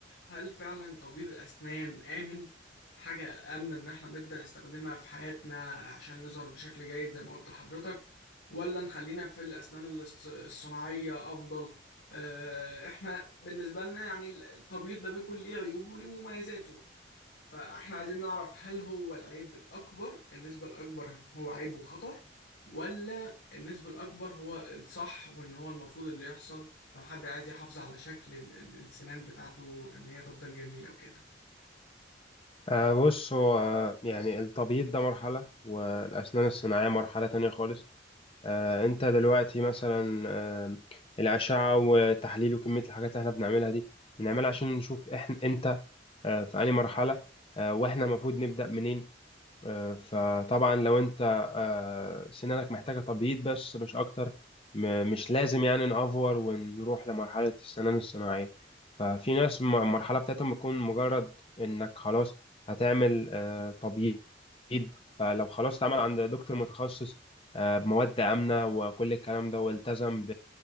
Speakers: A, on the left; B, on the left.
A: هل فعلا تبييض الأسنان آمن حاجة آمنة إن احنا نبدأ نستخدمها في حياتنا عشان نظهر بشكل جيد زي ما قلت لحضرتك ولا نخلينا في الأسنان الص- الصناعية أفضل آه، احنا بالنسبة لنا يعني التبييض ده بيكون ليه عيوب وليه مميزاته فاحنا عايزين نعرف هل هو العيب الأكبر النسبة الأكبر هو عيب وخطر ولا النسبة الأكبر هو الصح وإن هو المفروض اللي يحصل لو حد عايز يحافظ على شكل ال- ال- السنان بتاعته إن هي تفضل جميلة وكده
B: آه، بص هو آه، يعني التبييض ده مرحلة والأسنان الصناعية مرحلة تانية خالص آه، أنت دلوقتي مثلا آه، الأشعة وتحليل وكمية الحاجات اللي احنا بنعملها دي بنعملها عشان نشوف احنا أنت آه، في أي مرحلة آه، واحنا المفروض نبدأ منين آه، فطبعا لو انت آه، سنانك محتاجة تبييض بس مش اكتر م- مش لازم يعني نأفور ونروح لمرحلة السنان الصناعية ففي ناس م- المرحلة بتاعتهم بتكون مجرد انك خلاص هتعمل آه، تبييض فلو خلاص اتعمل عند دكتور متخصص آه، بمواد آمنة وكل الكلام ده والتزم